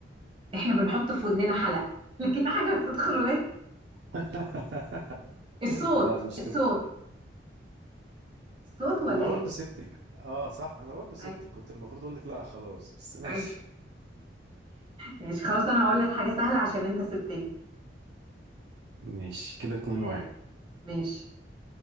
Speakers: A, on the right; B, on the right.
A: احنا بنحط في ودننا حلق <laughs> لكن حاجه بتدخل ودن
B: <laughs>
A: الصوت
B: لا مش
A: الصوت
B: كده خالص
A: الصوت ولا
B: انا برضو
A: ايه
B: سبتك اه صح انا برضو سبتك
A: أي-
B: كنت المفروض اقول لك لا خلاص بس ماشي
A: أي. ماشي خلاص انا هقول لك حاجه سهله عشان انت سبتني
B: ماشي كده اتنين
A: آه.
B: واحد <laughs>
A: ماشي